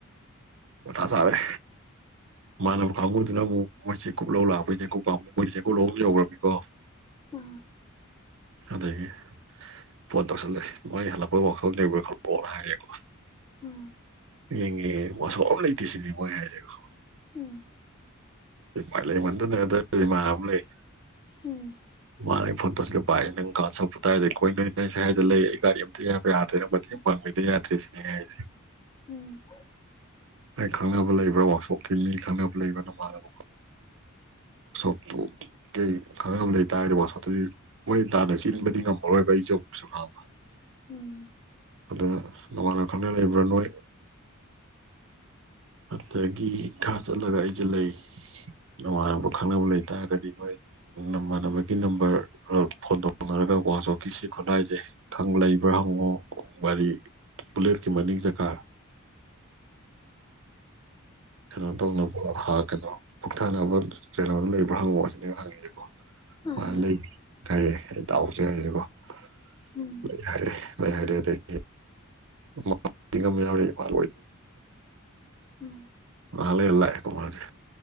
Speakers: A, on the right (about 65°); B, on the left (about 20°).
A: ꯃꯊꯥ ꯁꯥꯔꯦ ꯃꯥꯟꯅꯕ ꯀꯥꯡꯕꯨꯗꯨꯅ ꯑꯃꯨꯛ ꯃꯣꯏ ꯆꯦꯡ ꯀꯨꯞ ꯂꯧ ꯂꯥꯛꯄꯩ ꯆꯦꯡ ꯀꯨꯞ ꯀꯥꯡꯕꯨ ꯃꯣꯏꯗꯤ ꯆꯦꯡ ꯀꯨꯞ ꯂꯧ ꯂꯩꯍꯧꯔꯝꯅꯤꯀꯣ
B: ꯑꯥ
A: ꯑꯗꯒꯤ ꯐꯣꯟ ꯇꯧꯁꯜꯂꯛꯦ ꯃꯣꯏ ꯍꯜꯂꯛꯄꯩ ꯋꯥꯛꯁꯣꯞ ꯂꯩꯕ꯭ꯔꯣ ꯈꯣꯠꯄ꯭ꯔꯣ ꯍꯥꯏꯔꯦꯀꯣ
B: ꯎꯝ
A: ꯌꯦꯡꯉꯦ ꯋꯥꯁꯣꯛꯞ ꯑꯝ ꯂꯩꯇꯦ ꯁꯤꯅꯤ ꯃꯣꯏ ꯍꯥꯏꯁꯤꯀꯣ
B: ꯎꯝ
A: ꯎꯄꯥꯏ ꯂꯩꯃꯟꯗꯅ ꯑꯗꯩ ꯏꯃꯥꯟꯅꯕ ꯑꯃ ꯂꯩ
B: ꯎꯝ
A: ꯃꯥꯅ ꯐꯣꯟ ꯇꯧꯁꯤꯒꯦ ꯄꯥꯏ ꯑꯩ ꯅꯪꯒ ꯀꯗꯥꯏ ꯂꯩ ꯑꯈꯣꯏ ꯅꯣꯏ ꯁ꯭ꯋꯥꯏꯗ ꯂꯩ ꯒꯥꯔꯤ ꯑꯝꯇ ꯌꯥꯗ꯭ꯔꯦ ꯃꯇꯦꯡ ꯄꯥꯡꯕꯤꯗ ꯌꯥꯗ꯭ꯔꯦ ꯁꯤꯅꯤ ꯑꯩꯅ ꯍꯥꯏꯁꯦ
B: ꯎꯝ
A: ꯑꯩ ꯈꯪꯅꯕ ꯂꯩꯕ꯭ꯔꯥ ꯋꯥꯛꯁꯣꯞꯀꯤ ꯃꯤ ꯈꯪꯅꯕ ꯂꯩꯕ꯭ꯔ ꯅꯃꯥꯟꯅꯕ ꯁꯣꯞꯇꯨ ꯈꯪꯅꯕ ꯂꯩꯇꯥꯥꯔꯗꯤ ꯋꯥꯛꯁꯣꯞꯇꯨꯒꯤ ꯃꯣꯏ ꯇꯥꯟꯅ ꯆꯦꯟꯕꯗꯤ ꯉꯝꯃꯔꯣꯏꯕ ꯑꯩꯁꯨ <unintelligible>
B: ꯎꯝ
A: ꯑꯗꯥ ꯅꯃꯥꯟꯅ ꯈꯪꯅ ꯂꯩꯕ꯭ꯔꯥ ꯅꯣꯏ ꯑꯗꯥꯒꯤ ꯈꯔ ꯆꯠꯂꯒ ꯑꯩꯁꯦ ꯂꯩ ꯅꯨꯃꯥꯟꯅꯕ ꯈꯪꯅꯕ ꯂꯩꯇꯥꯥꯔꯒꯗꯤ ꯅꯣꯏ ꯅꯃꯥꯟꯅꯕꯒꯤ ꯅꯝꯕꯔ ꯐꯣꯟ ꯇꯧꯅꯔꯒ ꯀꯣ ꯋꯥꯛꯁꯣꯞꯀꯤ ꯁꯤ ꯈꯨꯠꯂꯥꯏꯖꯦ ꯈꯪ ꯂꯩꯕ꯭ꯔꯥ ꯍꯪꯉꯣ ꯒꯥꯔꯤ ꯕꯨꯂꯦꯠꯀꯤ ꯃꯅꯤꯡ ꯆꯀꯥ ꯀꯩꯅꯣ ꯇꯧꯅꯕ ꯍꯥ ꯀꯩꯅꯣ ꯄꯨꯛꯊꯅꯕ ꯀꯩꯅꯣꯗꯨ ꯂꯩꯕ꯭ꯔꯥ ꯍꯪꯉꯛꯑꯣ ꯁꯤꯅꯦꯕ ꯑꯩꯅ ꯍꯪꯉꯤꯁꯦꯀꯣ
B: ꯑꯥ
A: ꯃꯥ ꯂꯩ ꯀꯔꯤ ꯏꯇꯥꯎ <unintelligible>
B: ꯎꯝ ꯎꯝ
A: ꯂꯩ ꯍꯥꯏꯔꯦ ꯂꯩ ꯍꯥꯏꯔꯦ ꯑꯗꯩꯗꯤ <unintelligible> ꯌꯥꯎꯔꯤ <unintelligible>
B: ꯎꯝ
A: ꯉꯍꯥꯛ ꯂꯩꯔ ꯂꯥꯛꯑꯦꯀꯣ ꯃꯥꯁꯦ